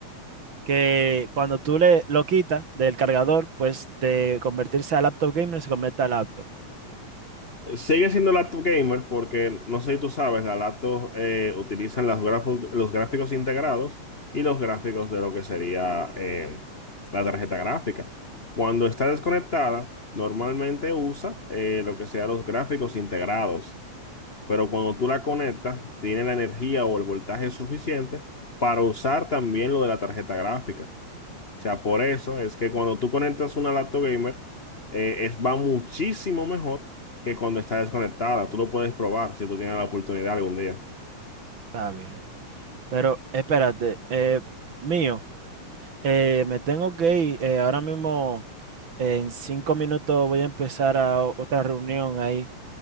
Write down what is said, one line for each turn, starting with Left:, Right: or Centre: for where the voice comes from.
Right: que cuando tú le lo quitas del cargador, pues de convertirse a laptop gamer se convierte a laptop.
Left: Sigue siendo laptop gamer porque, no sé si tú sabes, las laptops eh, utilizan las grafo- los gráficos integrados y los gráficos de lo que sería eh, la tarjeta gráfica. Cuando está desconectada, normalmente usa eh, lo que sea los gráficos integrados, pero cuando tú la conectas, tiene la energía o el voltaje suficiente para usar también lo de la tarjeta gráfica. O sea, por eso es que cuando tú conectas una laptop gamer, eh, es, va muchísimo mejor que cuando está desconectada. Tú lo puedes probar si tú tienes la oportunidad algún día.
Right: Está bien. Pero espérate, eh, mío, eh, me tengo que ir. eh, ahora mismo, en cinco minutos voy a empezar a o- otra reunión ahí.